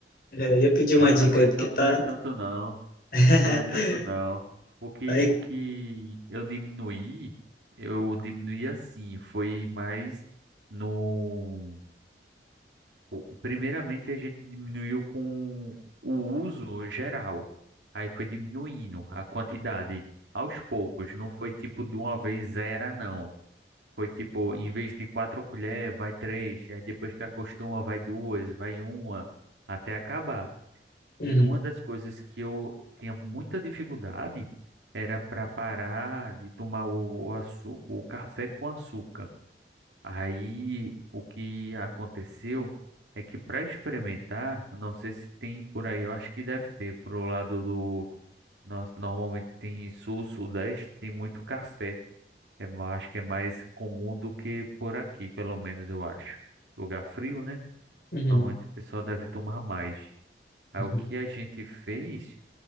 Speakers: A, on the left; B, on the right.
A: é, eu ia pedir
B: nada,
A: uma dica
B: não é
A: aí,
B: tanto,
A: porque tá...
B: não é tanto não,
A: <laughs>
B: não é tanto não. O que
A: aí...
B: o que eu diminuí, eu diminuí assim, foi mais no co- Primeiramente, a gente diminuiu com o uso geral. Aí foi diminuindo a quantidade aos poucos. Não foi tipo de uma vez zero, não. Foi tipo, em vez de quatro colheres, vai três. Aí depois que acostuma, vai duas, vai uma, até acabar.
A: Uhum,
B: E uma das coisas que eu tinha muita dificuldade era para parar de tomar o, o, açu- o café com açúcar. Aí o que aconteceu é que para experimentar, não sei se tem por aí, eu acho que deve ter pro lado do nós normalmente tem sul, sudeste, tem muito café. É, mais- acho que é mais comum do que por aqui, pelo menos eu acho. Lugar frio, né?
A: uhum,
B: Normalmente o pessoal deve tomar mais. Aí
A: uhum,
B: o que a gente fez